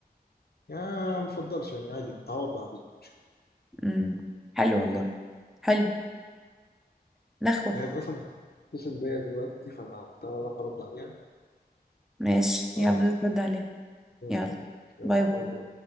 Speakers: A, on the left; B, in the centre.
A: يا ما افضلش يعني عادي تعوض بعدين مش كده
B: امم حلو والله حلو نخوة
A: هي اصلا بتتصل بيا دلوقتي فانا هضطر اروح ارد عليها
B: ماشي
A: ف
B: يلا رد عليه يلا
A: كده يلا
B: باي باي
A: باي باي